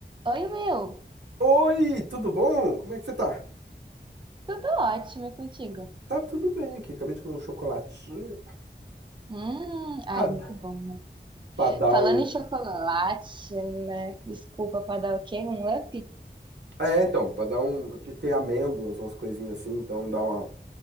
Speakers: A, on the right; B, on the right.
A: Oi, Will.
B: Oi, tudo bom? Como é que você tá?
A: Tudo ótimo e contigo?
B: Tá tudo bem aqui. Acabei de comer um chocolatinho
A: Hum, ai,
B: pra, dar
A: é muito bom, né?
B: pra dar
A: Falando
B: um.
A: em chocolate, né? Desculpa pra dar o quê? Um up?
B: É, então, pra dar um. Porque tem amêndoas, umas coisinhas assim, então dá uma,